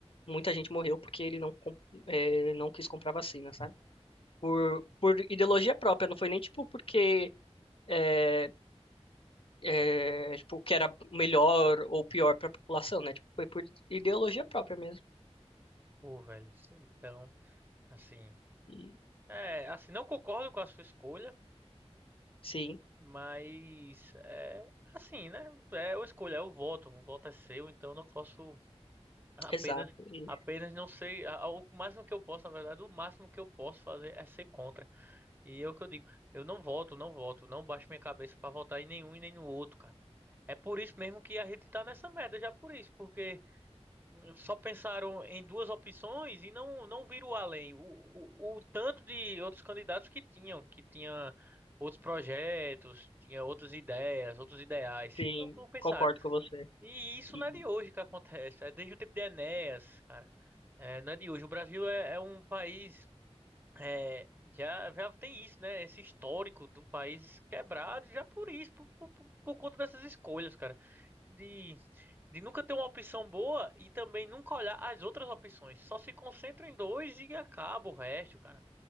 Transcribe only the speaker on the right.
Pô, velho. Então, assim.
É, assim, não concordo com a sua escolha,
mas é assim, né? É a escolha, é o voto. O voto é seu, então eu não posso apenas,
apenas não sei. a- a- O máximo que eu posso, na verdade, o máximo que eu posso fazer é ser contra. E é o que eu digo, eu não voto, não voto, não baixo minha cabeça pra votar em nenhum e nem no outro, cara. É por isso mesmo que a gente tá nessa merda, já por isso, porque hum, só pensaram em duas opções e não não viram além. O, o, o tanto de outros candidatos que tinham, que tinha outros projetos, tinha outras ideias, outros ideais.
Não, não pensaram.
E isso
não é de hoje que acontece, é desde o tempo de Enéas, cara. É, não é de hoje. O Brasil é, é um país é, já, já tem isso, né? Esse histórico de um país quebrado, já por isso, por, por, por- por conta dessas escolhas, cara. De, de nunca ter uma opção boa e também nunca olhar as outras opções. Só se concentra em dois e acaba o resto, cara.